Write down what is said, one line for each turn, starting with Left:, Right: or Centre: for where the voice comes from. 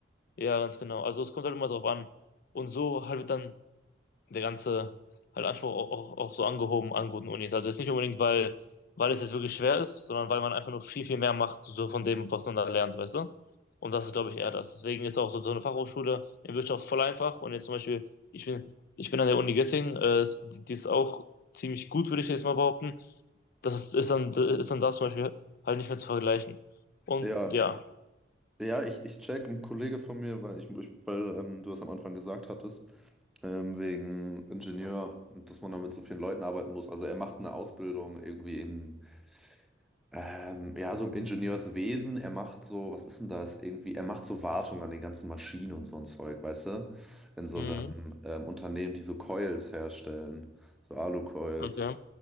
Left: Ja, ganz genau. Also es kommt halt immer drauf an. Und so halt dann der ganze halt Anspruch auch, auch, auch so angehoben an guten Unis. Also jetzt nicht unbedingt, weil, weil es jetzt wirklich schwer ist, sondern weil man einfach nur viel, viel mehr macht so von dem, was man da lernt, weißt du? Und das ist, glaube ich, eher das. Deswegen ist auch so, so eine Fachhochschule in Wirtschaft voll einfach. Und jetzt zum Beispiel, ich bin, ich bin an der Uni Göttingen, äh, ist- die, die ist auch ziemlich gut, würde ich jetzt mal behaupten. Das ist, ist dann, ist dann da zum Beispiel halt nicht mehr zu vergleichen. Und
Centre: Ja,
Left: ja.
Centre: ja, ich, ich check, ein Kollege von mir, weil ich, ich weil ähm, du das am Anfang gesagt hattest, ähm, wegen Ingenieur, und dass man dann mit so vielen Leuten arbeiten muss. Also er macht eine Ausbildung irgendwie in, ähm, ja, so im Ingenieurswesen, er macht so, was ist denn das? Irgendwie, er macht so Wartung an den ganzen Maschinen und so ein Zeug, weißt du? In so
Left: Mhm.
Centre: einem ähm, Unternehmen, die so Coils herstellen, so Alucoils.
Left: Okay.